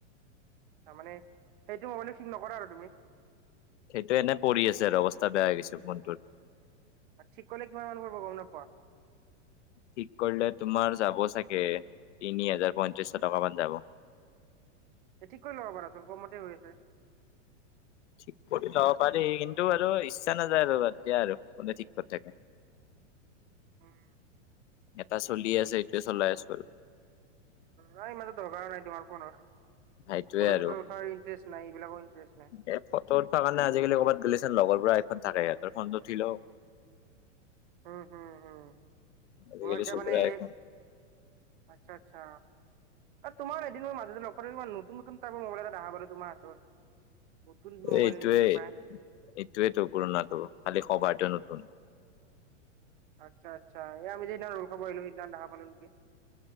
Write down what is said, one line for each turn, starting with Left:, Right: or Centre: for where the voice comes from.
Right: তাৰমানে সেইটো মোবাইল ঠিক নকৰা আৰু তুমি।
Left: সেইটো এনে পৰি আছে আৰু অৱস্থা বেয়া হৈ গৈছে ফোনটোৰ
Right: আৰু ঠিক কৰিলে কিমান মান পৰিবব গম নাপোৱা
Left: ঠিক কৰিলে তোমাৰ যাব চাগে তিনি হাজাৰ পয়ত্ৰিশ টকা মান যাব
Right: স ঠিক কৰি ল'ব পাৰাচোন কমতে হৈ আছে।
Left: ঠিক কৰি ল'ব পাৰি কিন্তু আৰু ইচ্ছা নাযায় আৰু এতিয়া আৰু কোনে ঠিক কৰি থাকে।
Right: উম
Left: এটা চলি
Right: উ
Left: আছে এইটোৱে চলাই আছো আৰু
Right: নাই মানে দৰকাৰ নাই তোমাৰ ফোনৰ
Left: সেইটোৱে
Right: ফটো
Left: আৰু
Right: চটো উঠাৰ ইন্টাৰেষ্ট নাই এইবিলাকৰ ইণ্টাৰেষ্ট নাই
Left: এ ফটো উঠোৱা মানে আজিকালি কৰ'বাত গ'লে চোন লগৰবোৰ আইফ- ফোন থাকে ইতৰ ফোনটো উঠি লও
Right: উম হম হম
Left: আজিকালি
Right: তোমাক এতিয়া
Left: চবৰে
Right: মানে
Left: আইফোন
Right: এই আচ্ছা আচ্ছা তোমাৰ এদিন মই মাজত লগ পাওঁতে নতুন নতুন টাইপৰ মোবাইল এটা দেখা পালো তোমাৰ হাতত নতুন মোবাইল
Left: এই এইটোৱেই
Right: নেকি কিবা
Left: এইটোৱেইতো পুৰণাটো খালি কবাৰটো নতুন
Right: আচ্ছা আচ্ছা এই আমি যিদিনা ৰল খাব আহিলো সেইদিনা দেখা পালো নেকি